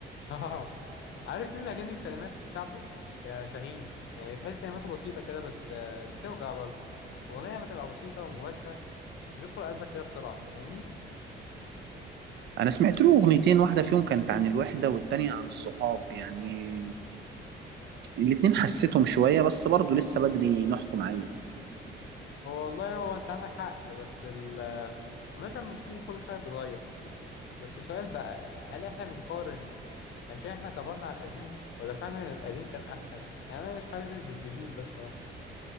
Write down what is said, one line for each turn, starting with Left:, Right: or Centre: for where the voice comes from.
Left: اه عارف مين بيعجبني في الكلمات بتاعته آه شاهين يعني تحس كلماته بسيطة كده بس آه بتوجع برضه الأغنية لما تبقى بسيطة ومباشرة بتدخل قلبك كده بسرعة فاهمني
Right: انا سمعت له اغنيتين واحده فيهم كانت عن الوحده والتانية عن الصحاب يعني الاتنين حسيتهم شويه بس برضه لسه بدري نحكم عليه
Left: هو والله هو أنت عندك حق بس ال- آه، المشهد الموسيقي كل شوية بيتغير بس السؤال بقى هل إحنا بنقارن عشان إحنا كبرنا على القديم ولا فعلا القديم كان أحسن يعني أنا مش حاسس بالجديد ده الصراحة